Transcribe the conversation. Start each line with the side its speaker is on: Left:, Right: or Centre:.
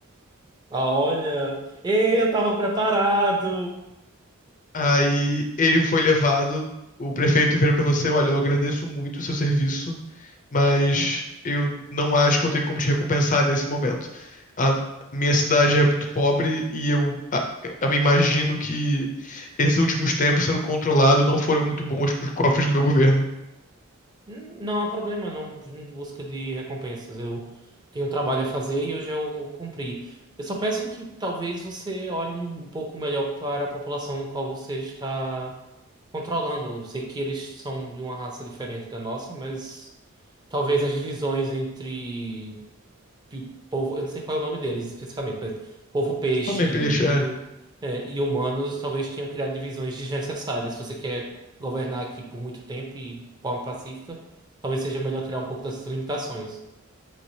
Right: Ah, olha. Ei, eu tava preparado.
Left: Aí ele foi levado, o prefeito virou pra você, olha, eu agradeço muito o seu serviço, mas eu não acho que eu tenho como te recompensar nesse momento. A minha cidade é muito pobre e eu, a- eu me imagino que esses últimos tempos sendo controlado não foram muito bons pros cofres do meu governo.
Right: Hum, Não há problema, não vim em busca de recompensas. Eu tenho um trabalho a fazer e eu já o cumpri. Eu só peço que talvez você olhe um pouco melhor para a população com a qual você está controlando. Eu sei que eles são de uma raça diferente da nossa, mas talvez as divisões entre de povo, eu não sei qual é o nome deles especificamente, mas povo peixe
Left: Homem
Right: e,
Left: peixe,
Right: o- é, e humanos talvez tenham criado divisões desnecessárias. Se você quer governar aqui por muito tempo e de forma pacífica, talvez seja melhor tirar um pouco dessas limitações.